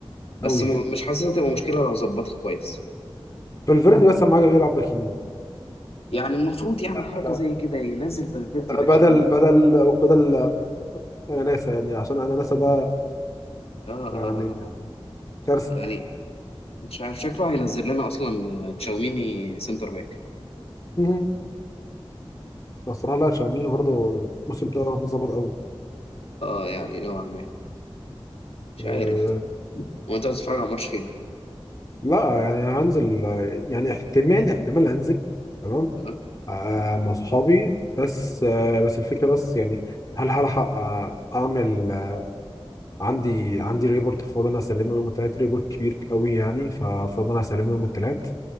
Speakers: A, on the left; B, on the left.
A: بس
B: قوي
A: م- مش حاسسها تبقى مشكلة لو ظبطها كويس
B: فالفيردي بس اهم حاجه بيلعب باك يمين
A: يعني المفروض يعمل حركة
B: بدل
A: زي كده ينزل فالفيردي باك
B: بدل
A: يمين
B: بدل بدل اناناسا يعني عشان اناناسا ده
A: آه, آه,
B: يعني
A: آه آه،
B: كارثه
A: يعني مش عارف شكله هينزل لنا أصلا آه، تشاوميني سنتر باك
B: <laughs> بصراحه لا تشاوميني برضه الموسم ده مش ظابط قوي
A: اه يعني نوعا ما مش
B: أه
A: عارف وانت بتتفرج على ماتش فين؟
B: لا يعني هنزل آه، يعني احتمال احتمال انزل تمام
A: آه.
B: أه مع صحابي بس أه بس الفكره بس يعني هل هلحق آه، اعمل آه، عندي عندي ريبورت فاضل انا اسلمه يوم التلات ريبورت كبير قوي يعني ففاضل انا اسلمه يوم التلات